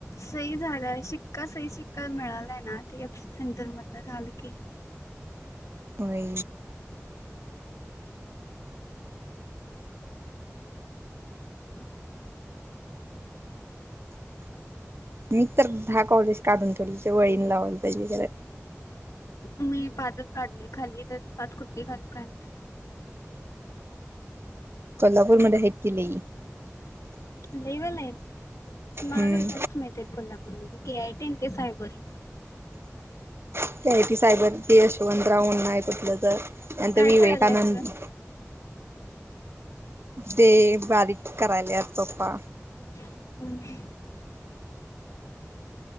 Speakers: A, on the left; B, on the right.
A: सही झालंय शिक्का सही शिक्का मिळालाय ना ते एप सी सेंटर मध झालं की
B: होय
A: ह
B: मी तर दहा कॉलेज काढून ठेवले वळीन लावायला पाहिजे <unintelligible>
A: मी पाचच काढले खाली त्यात पाच कुठले घालू काय माहित
B: कोल्हापूरमध्ये आहेत कि लई.
A: <unintelligible> मला
B: हम्म
A: तर दोन माहिती आहेत कोल्हापूर मध्ये. के आय टी ते सायबर
B: ते के आय टी सायबर. ते शवंतराव म्हना आहे कुठलं तर, नंतर
A: काय
B: विवेकानंद
A: करायलास ग
B: <inaudible> ते बारीक करायलात पप्पा.
A: हम् हम्म.